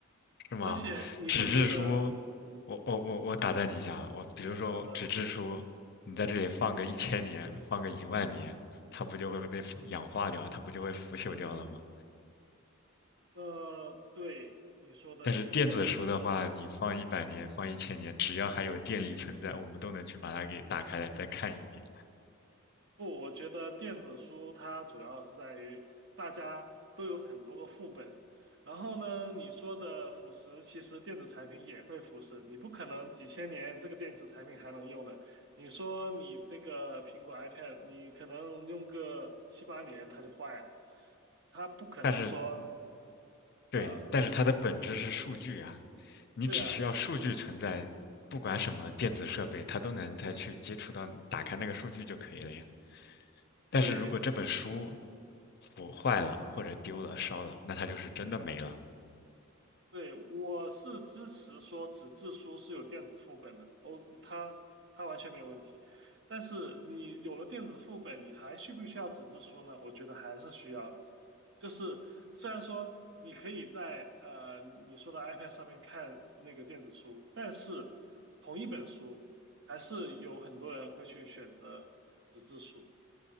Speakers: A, on the left (about 50°); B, on the right (about 55°).
A: 是吗？
B: 而且你不觉得？
A: 纸质书，我我我我打断你一下啊，我比如说纸质书，
B: 嗯，好的，
A: 你在这里放个一千年，放个一万年，它不就会被腐氧化掉，它不就会腐朽掉了吗？
B: 呃，对，你说的很有
A: 但是电子书的话，你放一百年，放一千年，只要还有电力存在，我们都能去把它给打开来再看一遍。
B: 不，我觉得电子书它主要是在于大家都有很多个副本，然后呢，你说的腐蚀，其实电子产品也会腐蚀，你不可能几千年这个电子产品还能用的。你说你那个苹果 iPad，你可能用个七八年它就坏了，它不可能说，
A: 但是对，
B: 呃，
A: 但是它的本质是数据啊，你只需要数据存在，
B: 对啊，
A: 不管什么电子设备，它都能再去接触到打开那个数据就可以了呀。但是如果这本书
B: 对，
A: 腐坏了或者丢了、烧了，那它就是真的没了。
B: 对，我是支持说纸质书是有电子副本的，哦，它它完全没有问题。但是你有了电子副本，你还需不需要纸质书呢？我觉得还是需要的。就是虽然说你可以在呃你说的 iPad 上面看那个电子书，但是同一本书还是有很多人会去选择纸质书，